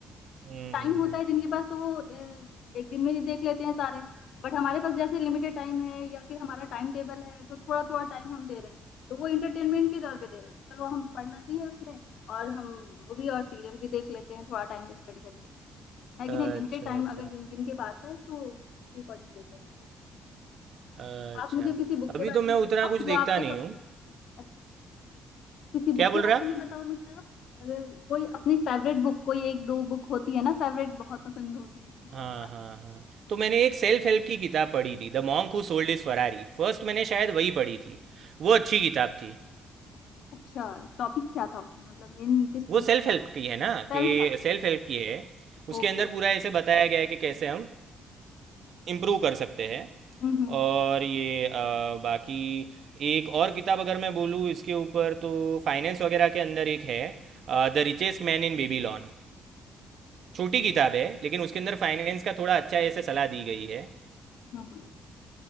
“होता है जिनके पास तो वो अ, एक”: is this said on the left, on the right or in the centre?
Left